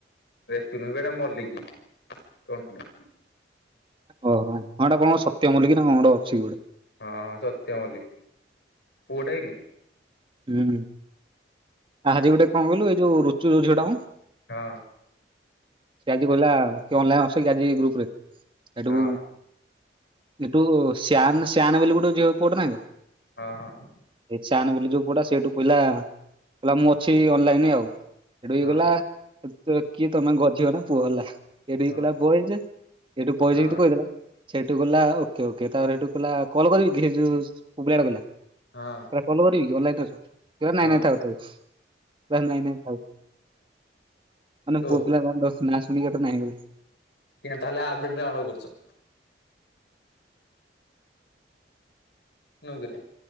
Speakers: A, on the left; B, on the right.
A: ରେଚୁ ନୁହଁ ବେ ସେଟା ମଲିକି କଣ ଗୋଟେ।
B: ଓହୋ, ହଁ ଏଟା କଣ ସତ୍ୟ ମଲିକି ନା କଣ ଗୋଟେ ଅଛି କି ଗୋଟେ।
A: ହଁ ହଁ ସତ୍ୟ ମଲ୍ଲିକ, ପୁଅଟା କି ରେ?
B: ଉଁ, ଆହାଜି ଗୋଟେ କଣ କହିଲୁ ଏଇ ଯୋଉ ରୁଚୁ ଯୋଉ ଝିଅ ଟା ମୋ।
A: ହଁ।
B: ସେ ଆଜି କହିଲା କିଏ ଅନଲାଇନ୍ ଅଛ କି ଆଜି ଗ୍ରୁପ୍ ରେ ସେଠୁ
A: ହଁ
B: ଏଠୁ ସ୍ୟାନ୍ ସ୍ୟାନ୍ ବୋଲି ଗୋଟେ ଝିଅ ପୁଅଟେ ନାହିଁ ବେ।
A: ହଁ ହଁ।
B: ଏ ଚାନ ବୋଲି ଯୋଉ ପୁଅଟା ସେଇଠୁ କହିଲା, କହିଲା ମୁଁ ଅଛି ଅନଲାଇନ ଆଉ। ସେଠୁ ଇଏ
A: ହଁ
B: ଗଲା କିଏ ତମେ ଗଧିବ ନା ପୁଅ ହେଲା। ଏଇଠିକି
A: ହଁ
B: କହିଲା ବଏଜ ଏଇଠୁ ବଏଜ
A: ହଁ
B: ଯେମିତି କହିଦେଲା ସେଇଠୁ ଗଲା ଓକେ ଓକେ ତାପରେ ସେଇଠୁ କହିଲା କଲ କରିବି କିରେ ହେ ଯୋଉ ପୁଅପିଲାଟା କହିଲା,
A: ହଁ
B: କହିଲା କଲ କରିବିକି ଅନଲାଇନରେ ଅଛ। ସେ କହିଲା ନାଇଁ
A: ହଁ
B: ନାଇଁ ଥାଉ ଥାଉ, ସେ ନାଇଁ ନାଇଁ ଥାଉ ମାନେ
A: ଓ
B: ପୁଅ ପିଲା ନାଁ ଶୁଣିକି ହେଠୁ ନାହିଁ କରି
A: କିଆଁ ତାହଲେ ଆପ୍ ଟି ଡାଉନଲୋଡ କରୁଛ? ନୁହୁ କିରେ।